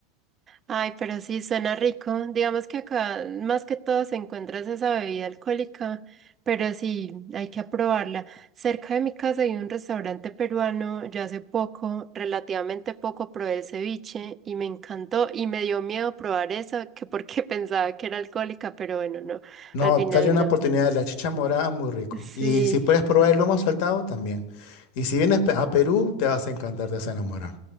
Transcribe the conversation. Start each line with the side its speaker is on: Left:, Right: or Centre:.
Right: Ay, pero sí, suena rico. Digamos que acá más que todo se encuentra es esa bebida alcohólica, pero sí, hay que aprobarla. Cerca de mi casa hay un restaurante peruano, yo hace poco, relativamente poco, probé el ceviche y me encantó y me dio miedo probar eso, que porque <laughs> pensaba que era alcohólica, pero bueno, no,
Left: No,
Right: al final
Left: dale una
Right: no.
Left: oportunidad, la chicha morada muy rico.
Right: Sí.
Left: Y si puedes probar el lomo saltado, también. Y si vienes pe- a Perú, te vas a encantar, te vas a enamorar.